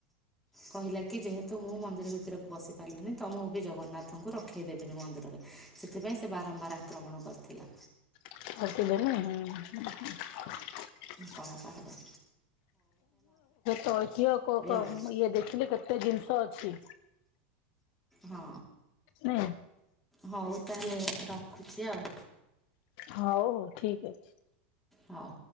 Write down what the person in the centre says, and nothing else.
କହିଲା କି ଯେହତୁ ମୁଁ ମନ୍ଦିର ଭିତରକୁ ବସି ପାରିଲିନି ତ ମୁଁ ବି ଜଗନ୍ନାଥଙ୍କୁ ରଖ ରଖେଇଦେବିନି ମନ୍ଦିରରେ ସେଥିପାଇଁ ସେ ବାରମ୍ବାର ଆକ୍ରମଣ କରିଥିଲା।
କଳାପହାଡ଼
ଆଉ
ହଁ।
ହଉ ତାହେଲେ ରଖୁଛି ଆଉ।
ହଉ।